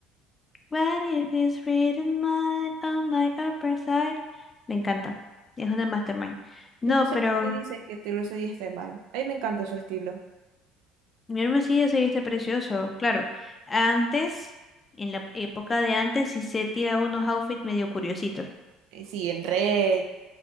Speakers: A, on the left; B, on the right.
A: What if it's written mine on my upper side? Me encanta. Es una mastermind.
B: Yo
A: No,
B: no sé
A: pero
B: por qué dicen que Taylor Swift esté mal. A mí me encanta su estilo.
A: mi hermosillo se viste precioso. Claro, antes, en la época de antes, sí se tiraba unos outfits medio curiositos.
B: Eh, Sí, en red.